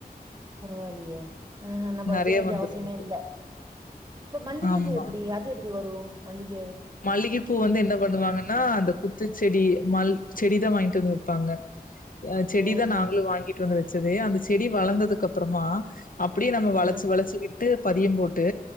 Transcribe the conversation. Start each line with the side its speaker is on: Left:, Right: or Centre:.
Right: பரவால்லியே ஆ நம்ப வைக்க
Left: நெறைய
Right: வேண்டிய
Left: வந்துரு
Right: அவசியமே
Left: உங்களுக்கு
Right: இல்ல அப்ப மல்லிகை
Left: ஆமா
Right: பூ எப்டி அது எப்டி வரு மல்லிக
Left: மல்லிகைப்பூ வந்து என்ன பண்ணுவாங்கன்னா அந்த குத்துச்ச செடி மல் செடிதா வாங்கிட்டு வந்து தங்க ஆ செடி
Right: ம்ஹ்ம்.
Left: தா நாங்களும் வாங்கிட்டு வந்து வச்ச வச்சது அந்த செடி வளந்ததுக்கு அப்புறமா அப்டியே நம்ம வளச்சுவளச்சு
Right: ம்.
Left: விட் ட்டு பதியம் போட்டு